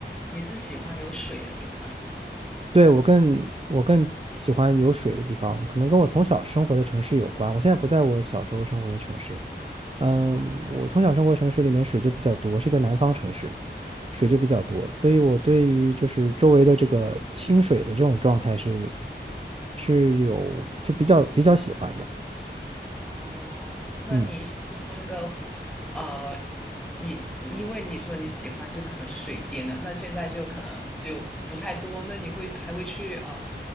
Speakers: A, in the centre; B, on the right (about 35°).
A: 你是喜欢有水的地方是吗？
B: 对，我更我更喜欢有水的地方，可能跟我从小生活的城市有关。我现在不在我小时候生活的城市，嗯，我从小生活城市里面水就比较多，是一个南方城市，水就比较多，所以我对于就是周围的这个清水的这种状态是是有就比较比较喜欢的。
A: 哦，那你喜那个，
B: 嗯。
A: 呃，你因为你说你喜欢就可能水边的，那现在就可能就不太多，那你会还会去嗯